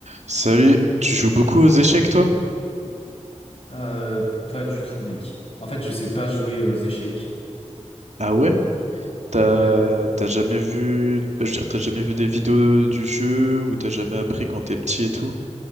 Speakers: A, on the right; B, on the left.
A: Salut, tu joues beaucoup aux échecs toi?
B: Euh, pas du tout, mec. En fait, je sais pas jouer euh, aux échecs.
A: Ah ouais? T'as
B: Ouais.
A: t'as jamais vu, bah, je veux dire, t'as jamais vu des vidéos du jeu ou t'as jamais appris quand t'es petit et tout?